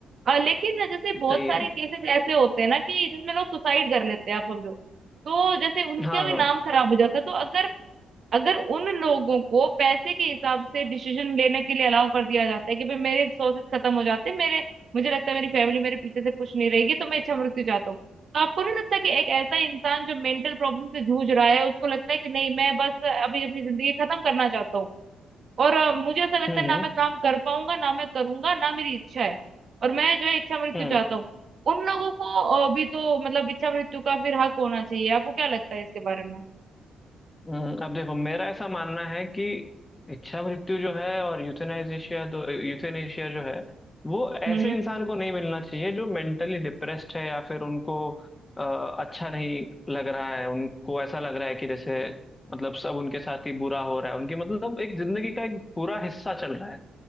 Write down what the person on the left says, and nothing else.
सही है
हाँ
हाँ
हम्म
हम्म
हम्म
हम्म, अब देखो मेरा ऐसा मानना है कि इच्छा मृत्यु जो है और यूथेनाइजेशिया दो यूथेनेशिया जो है वो ऐसे
इंसान को नहीं मिलना चाहिए जो मेंटली डिप्रेस्ड है या फिर उनको अ, अच्छा नहीं लग रहा है उनको ऐसा लग रहा है कि जैसे मतलब सब उनके साथ ही बुरा हो रहा है उनकी मतलब एक जिंदगी का एक पूरा हिस्सा चल रहा है